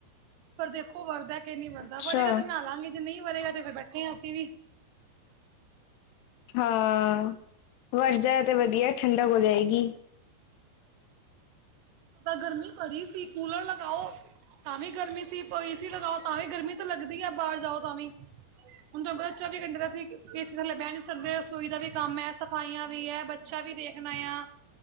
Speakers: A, on the right (about 75°); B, on the left (about 75°).
A: ਪਰ ਦੇਖੋ ਵਰਦਾ ਏ ਨੀ ਵਰਦਾ
B: ਅੱਛਾ
A: ਵਰੇਗਾ ਤੇ ਨਾ ਲਾਂਗੇ ਜੇ ਨਈ ਵਰੇਗਾ ਤੇ ਫਿਰ ਬੈਠੇਾਂ ਅਸੀਂ ਵੀ
B: ਹਾਂ ਵਰ ਜੇ ਤੇ ਵਧੀਆ ਠੰਡਕ ਹੋ ਜਾਏਗੀ।
A: ਤਾਂ ਗਰਮੀ ਪੜੀ ਸੀ ਕੂਲਰ ਲਗਾਓ। ਤਾਂ ਵੀ ਗਰਮੀ ਸੀ ਏ ਸੀ ਲਗਾਓ ਤਾਂ ਵੀ ਗਰਮੀ ਤਾਂ ਲੱਗਦੀ ਆ ਬਾਰ ਜਾਓ ਤਾਂ ਵੀ ਹੁਣ ਦੇਖੋ ਚੌਵੀ ਘੰਟੇ ਤਾਂ ਅਸੀਂ ਏਸੀ ਥੱਲੇ ਬਹਿ ਨੀ ਸਕਦੇ। ਰਸੋਈ ਦਾ ਵੀ ਕੰਮ ਹੈ ਸਫਾਈਆਂ ਵੀ ਹੈ ਬੱਚਾ ਵੀ ਦੇਖਣਾ ਆ